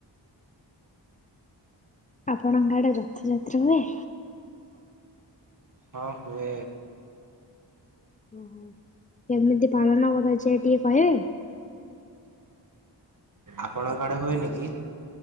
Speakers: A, on the left; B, on the right.
A: ଆପଣଙ୍କ ଆଡେ ରଥଯାତ୍ରା ହୁଏ?
B: ହଁ ହୁଏ।
A: ଓହୋ କେମିତି ପାଳନ କଥା ଯେ ଟିକେ କହିବେ।
B: ଆପଣଙ୍କ ଆଡେ ହୁଏନି କି?